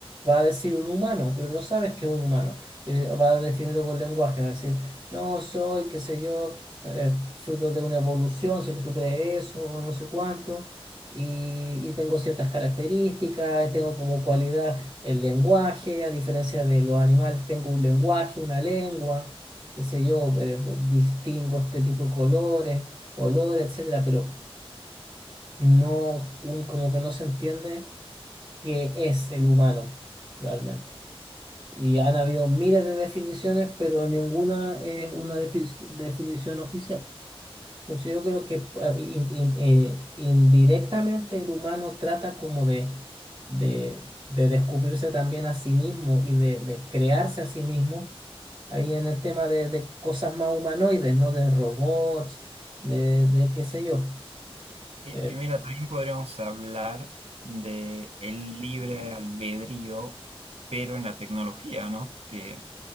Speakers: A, on the right; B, on the right.
A: va a decir un humano, pero no sabes qué es un humano. Eh, va a definirlo por lenguaje, va a decir, no soy, qué sé yo, eh, fruto de una evolución, si es que tú crees eso, o no sé cuánto, y, y tengo ciertas características, tengo como cualidad el lenguaje, a diferencia de los animales, tengo un lenguaje, una lengua, qué sé yo, eh, distingo este tipo de colores, olores, etcétera, pero no, un- como que no se entiende qué es el humano realmente. Y han habido miles de definiciones, pero ninguna es una defi- definición oficial. Entonces yo creo que eh, in- in- eh, indirectamente el humano trata como de, de, de descubrirse también a sí mismo y de, de crearse a sí mismo. Ahí en el tema de, de cosas más humanoides, ¿no? De robots, de, de qué sé yo.
B: Y,
A: Eh,
B: y mira, también podríamos hablar de el libre albedrío, pero en la tecnología, ¿no? Que,